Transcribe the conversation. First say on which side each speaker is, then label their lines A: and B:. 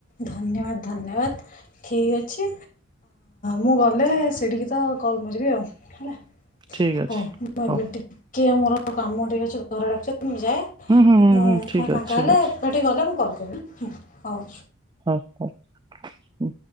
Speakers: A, on the left (about 40°); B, on the right (about 20°).
A: ଧନ୍ୟବାଦ ଧନ୍ୟବାଦ। ଠିକ୍ ଅଛି ମୁଁ ଗଲେ ସେଇଠିକି ତ କଲ୍ ମାରିବି ଆଉ ହେଲା।
B: ଠିକ୍ ଅଛି
A: ହଉ ମୁଁ ଏବେ
B: ହଉ
A: ଟିକେ ମୋର କାମ ଟିକେ ଅଛି ଘରେ ଡାକୁଚି ମୁଁ ଯାଏ।
B: ହୁଁ ହୁଁ ହୁଁ
A: ମୁଁ
B: ହୁଁ ଠିକ୍
A: ପୁଣି ଫାଙ୍କା
B: ଅଛି ଠିକ୍
A: ହେଲେ
B: ଅଛି
A: ଏଠିକି ଗଲେ ମୁଁ କଲ୍ କରିବି ହଉ।
B: ହଁ ହଉ। ହୁଁ।